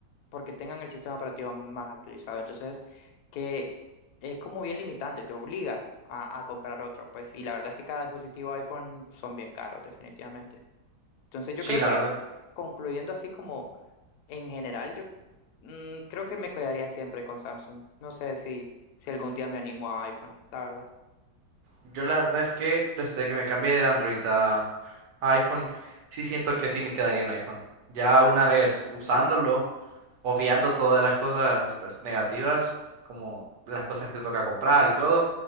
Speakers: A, on the left; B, on the right.
A: porque tengan el sistema operativo más actualizado. Entonces, que es como bien limitante, te obliga a, a comprar otro, pues, y la verdad es que cada dispositivo iPhone son bien caros, definitivamente. Entonces yo
B: Sí,
A: creo
B: la
A: que
B: verdad.
A: concluyendo así como en general, yo mm, creo que me quedaría siempre con Samsung. No sé si, si algún día me animo a iPhone, la verdad.
B: Yo la verdad es que desde que me cambié de Android a a iPhone, sí siento que sí me quedaría en iPhone. Ya una vez usándolo, obviando todas las cosas pues negativas, como las cosas que te toca comprar y todo,